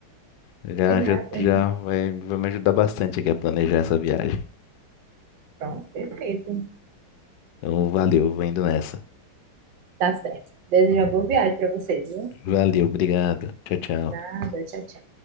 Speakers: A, on the left (about 70°); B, on the right (about 65°).
A: Já,
B: De nada.
A: já,
B: <laughs>
A: já vai, vai me ajudar bastante aqui a planejar essa viagem.
B: Pronto, perfeito.
A: Então, valeu, vou indo nessa.
B: Tá certo. Desejo uma boa viagem pra vocês, viu?
A: Valeu, obrigado. Tchau, tchau.
B: Nada, tchau, tchau.